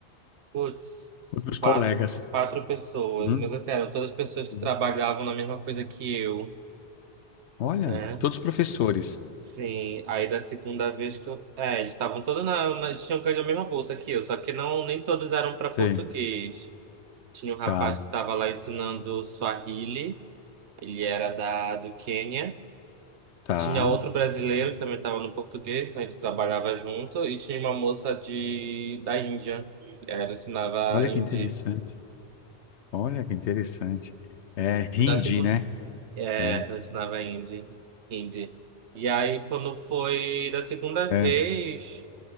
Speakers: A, on the right; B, on the left.
A: putz,
B: Outros
A: quatro,
B: colegas.
A: quatro pessoas.
B: Uhum,
A: Mas assim, eram todas pessoas que
B: uhum.
A: trabalhavam na mesma coisa que eu,
B: Olha,
A: né?
B: todos professores.
A: Sim, aí da segunda vez que eu. É, eles estavam todos na, na. Eles tinham ganho a mesma bolsa que eu, só que não, nem todos eram para português.
B: Sim,
A: Tinha um rapaz
B: tá,
A: que estava lá ensinando Swahili, ele era da, do Quênia.
B: tá.
A: Tinha outro brasileiro que também estava no português, então a gente trabalhava junto. E tinha uma moça de, da Índia, ela ensinava
B: Olha que
A: hindi.
B: interessante. Olha que interessante. É hindi,
A: Da segunda,
B: né?
A: é,
B: É,
A: ela ensinava hindi, hindi. E aí, quando foi da segunda
B: é,
A: vez,